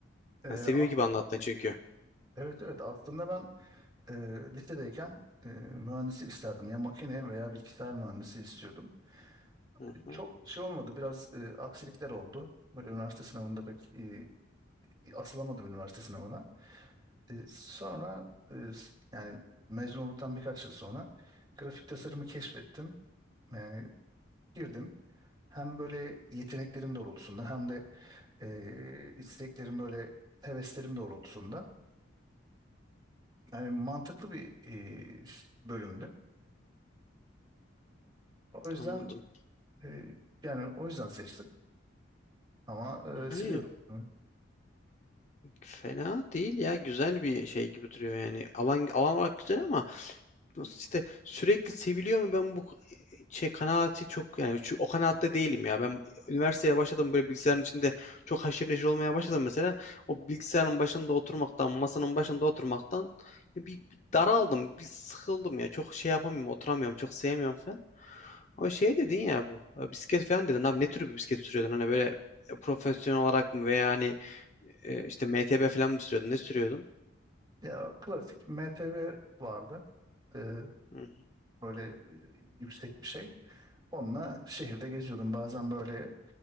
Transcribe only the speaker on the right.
E,
a-
evet evet aslında ben e, lisedeyken e, mühendislik isterdim. Ya makine veya bilgisayar mühendisi istiyordum.
E,
Çok şey olmadı. Biraz e, aksilikler oldu. Böyle üniversite sınavında pek e, asılamadım üniversite sınavına. E, sonra e, s- yani mezun olduktan birkaç yıl sonra grafik tasarımı keşfettim. Yani girdim. Hem böyle yeteneklerim doğrultusunda hem de e, isteklerim böyle heveslerim doğrultusunda. Yani mantıklı bir e, bölümdü. O yüzden
e, yani o yüzden seçtim ama
e, seviyorum. bunu.
Ya klasik MTV vardı. E,
böyle e, yüksek bir şey. Onunla şehirde geziyordum. Bazen böyle